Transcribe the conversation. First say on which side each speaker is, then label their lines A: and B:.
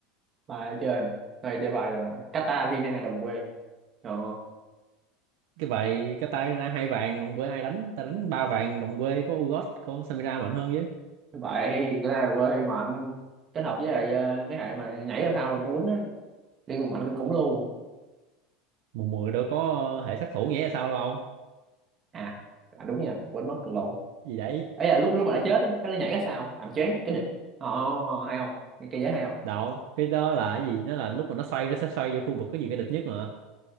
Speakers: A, on the right; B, on the right.
A: bài chơi à? Đây chơi bài à, Katarina đồng quê ờ
B: cái bài cái tay ra hai vàng đồng quê ai đánh ta đánh ba vàng đồng quê có Ugot có Samira mạnh hơn chứ
A: vậy cái này quê mạnh kết hợp với lại ờ, cái hệ mà nhảy ra thao thì nó quýnh á liên mạnh kinh khủng luôn
B: mùa mười đâu có hệ sát thủ nghĩa là sao đâu ông
A: à, à đúng nha quên mất cười lộn
B: gì đấy
A: ấy là lúc lúc mà đã chết á cái nó nhảy ra sao làm choáng cái địch ồ hay không nghe cái dễ hay không
B: đâu cái đó là cái gì nó là lúc mà nó xoay nó sẽ xoay vô khu vực có nhiều cái địch nhất mà